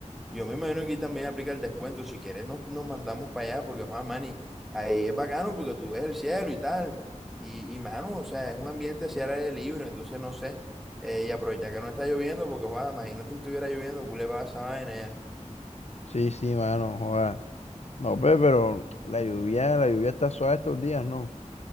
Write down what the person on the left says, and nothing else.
sí, sí, mano, joda. No, pues, pero la lluvia, la lluvia está suave estos días, ¿no?